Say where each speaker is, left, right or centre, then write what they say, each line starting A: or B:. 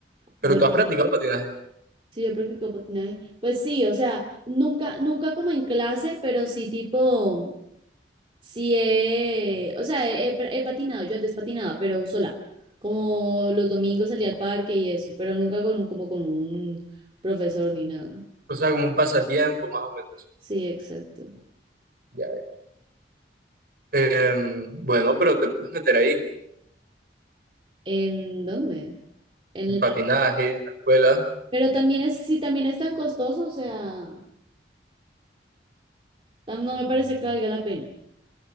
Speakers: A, on the right; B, on the right.
A: Pero
B: Bueno.
A: tú has practicado patinaje.
B: Sí, yo practico patinaje. Pues sí, o sea, nunca, nunca como en clase, pero sí tipo, sí he, o sea, he, he- he patinado, yo antes patinaba, pero sola, como los domingos salía al parque y eso, pero nunca con, un- como con un profesor ni nada.
A: O sea, como un pasatiempo, más o menos.
B: Sí, exacto.
A: Ya, ya. Em, bueno, pero te puedes meter ahí,
B: ¿En dónde? En
A: en
B: el
A: patinaje,
B: patinaje.
A: en la escuela.
B: Pero también es, si también es tan costoso, o sea, tam- no me parece que valga la pena.